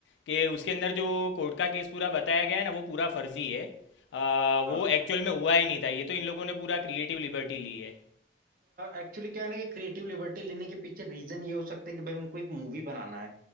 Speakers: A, on the left (about 85°); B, on the right (about 50°).
A: कि उसके अंदर जो कोर्ट का केस पूरा बताया गया है ना वो पूरा फर्जी है आ, वो
B: हाँ
A: एक्चुअल में हुआ ही नहीं था ये तो इन लोगों ने पूरा क्रिएटिव लिबर्टी ली है
B: एक्चुअली क्या है ना कि क्रिएटिव लिबर्टी लेने के पीछे रीजन ये हो सकता है कि भाई उनको एक मूवी बनाना है